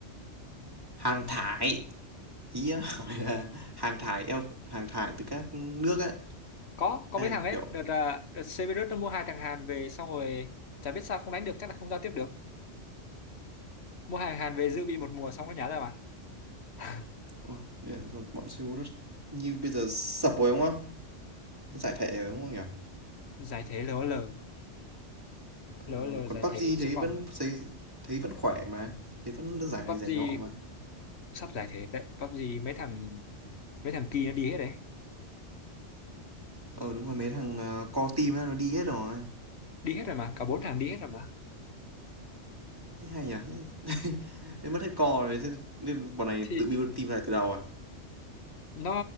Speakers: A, on the right; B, on the left.
A: Hàng thải ý em <laughs> hỏi là hàng thải eo hàng thải từ các nước ấy
B: có
A: hay
B: có mấy
A: là
B: thằng ấy
A: kiểu
B: đợt à, đợt Severus nó mua hai thằng Hàn về xong rồi chả biết sao không đánh được chắc là không giao tiếp được mua hai thằng Hàn về dự bị một mùa xong nó nhả ra mà <laughs>
A: Ôi, bọn Seoul rất như bây giờ sập rồi đúng không? Giải thể rồi, đúng không nhỉ?
B: giải thể lờ o lờ
A: Ờ,
B: LOL lờ
A: còn
B: giải
A: PUBG
B: thể chứ
A: thấy
B: còn
A: vẫn thấy thấy vẫn khỏe mà, thấy vẫn được giải này
B: PUBG
A: giải nọ mà.
B: cũng sắp giải thể đấy PUBG mấy thằng mấy thằng kia nó đi hết đấy
A: Ờ, đúng rồi, mấy thằng, ờ, core team á, nó đi hết rồi.
B: đi hết rồi mà cả bốn thằng đi hết rồi mà
A: Thấy hay nhỉ? <laughs> Thế mất hết core rồi, thế nên bọn này
B: thì
A: tự build team lại từ đầu à?
B: nó